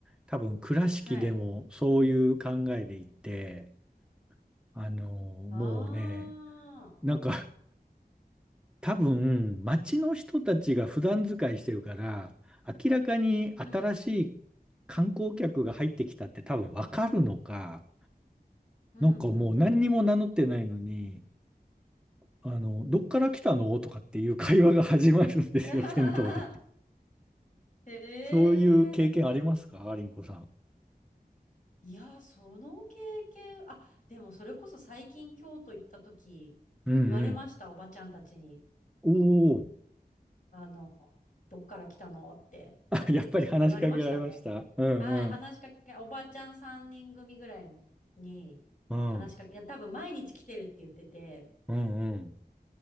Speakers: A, in the centre; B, on the left.
A: 多分倉敷でもそういう考えで行って、
B: はい。
A: あの、もうね、
B: ああ、
A: なんか多分、街の人たちが普段使いしてるから、明らかに新しい
B: うん、
A: 観光客が入ってきたって多分わかるのか、
B: うん、
A: なんかもう何にも名乗ってないのに、
B: うん、うん。
A: あの、どっから来たのとかっていう会話が始まるんですよ、
B: <laughs>
A: <laughs> 銭湯で。
B: へえ。
A: そういう経験ありますかアリンコさん。
B: いや、その経験、あ、でもそれこそ最近京都行った時、
A: うん
B: 言われました、おばちゃんたちに。
A: うん。おお
B: あの、どっから来たのって
A: あ、<laughs> やっぱり話しかけられました。
B: 言われましたね。
A: うんうん。
B: はい、話しかけ、おばちゃん3人組ぐらいに話しかけ、
A: うん。
B: いや、多分毎日来てるって言ってて、
A: うんうん。